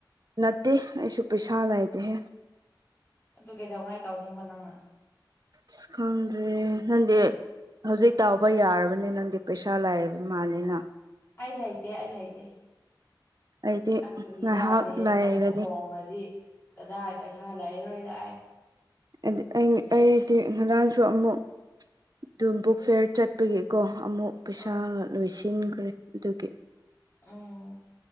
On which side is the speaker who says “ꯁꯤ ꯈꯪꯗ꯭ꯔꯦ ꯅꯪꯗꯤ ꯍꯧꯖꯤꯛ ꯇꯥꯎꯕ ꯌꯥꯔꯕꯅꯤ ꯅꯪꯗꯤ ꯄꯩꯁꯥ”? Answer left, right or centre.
Right